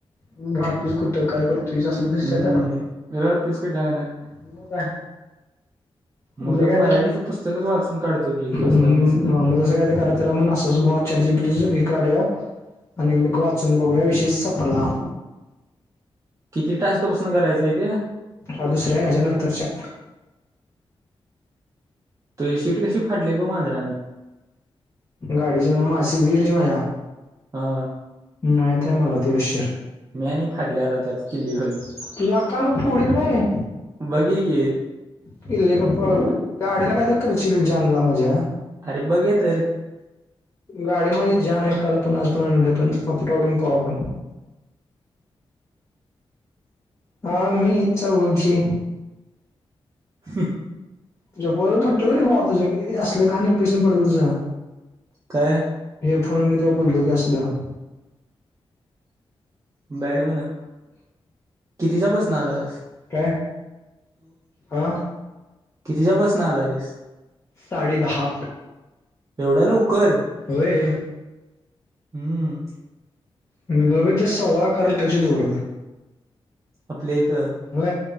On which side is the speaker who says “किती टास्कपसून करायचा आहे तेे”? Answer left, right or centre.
Right